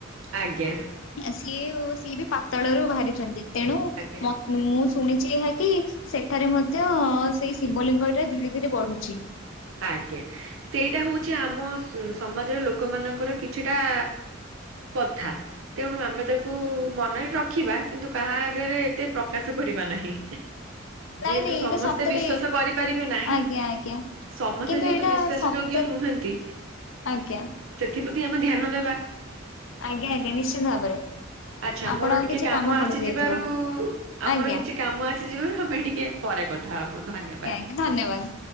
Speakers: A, on the right; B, on the left.
A: ଆଜ୍ଞା।
B: ସିଏ ଓସିଏ ବି ପାତାଳରୁ ବାହାରିଛନ୍ତି ତେଣୁ
A: ଆଜ୍ଞା
B: ମ ମୁଁ ଶୁଣିଛି ଏହା କି ସେଠାରେ ମଧ୍ୟ ସେଇ ଶିବଲିଙ୍ଗଟା ଧୀରେ ଧୀରେ ବଢୁଛି।
A: ଆଜ୍ଞା ସେଇଟା ହଉଛି ଆମ ସ ସମାଜର ଲୋକମାନଙ୍କର କିଛିଟା ପଥା। ତେଣୁ ଆମେ ତାକୁ ମନରେ ରଖିବା କିନ୍ତୁ କାହା ଆଗେରେ ଏତେ ପ୍ରକାଶ କରିବା ନାହିଁ।
B: ନାଇଁ
A: ଯେହେତୁ
B: ନାଇଁ
A: ସମସ୍ତେ
B: ଏଇଟା ସତରେ
A: ବିଶ୍ବସ କରିପାରିବେ ନାହିଁ
B: ଆଜ୍ଞା ଆଜ୍ଞା
A: ସମସ୍ତେ
B: କିନ୍ତୁ
A: ଯେହେତୁ
B: ଏଇଟା
A: ବିଶ୍ଵାସ
B: ସତରେ
A: ଯୋଗ୍ୟ ନୁହନ୍ତି।
B: ଆଜ୍ଞା
A: ସେଥିପ୍ରତି ଆମେ ଧ୍ୟାନ ଦେବା।
B: ଆଜ୍ଞା ଆଜ୍ଞା ନିଶ୍ଚିନ୍ତ ଭାବରେ।
A: ଆଛା
B: ଆପଣଙ୍କ
A: ମୋର ଟିକେ
B: କିଛି
A: କାମ ଆସିଯିବାରୁ
B: ପଡିଯାଇଥିବ
A: ଆମର
B: ଆଜ୍ଞା।
A: କିଛି କାମ ଆସିଯିବାରୁ ଆମେ ଟିକେ ପରେ କଥା ହବୁ ଧନ୍ୟ
B: ଆଜ୍ଞା ଆଜ୍ଞା ଧନ୍ୟବାଦ୍।